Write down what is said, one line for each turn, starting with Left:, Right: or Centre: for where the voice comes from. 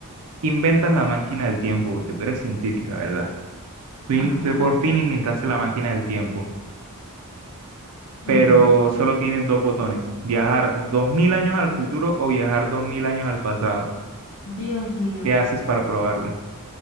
Right: inventas la máquina del tiempo, porque tú eres científica, ¿verdad? Tú in-
Left: Ajá,
Right: tú por fin inventaste la máquina del tiempo. pero
Left: ujú.
Right: solo tienes dos botones, viajar dos mil años al futuro o viajar dos mil años al pasado.
Left: Dios mío,
Right: ¿Qué haces para probarla?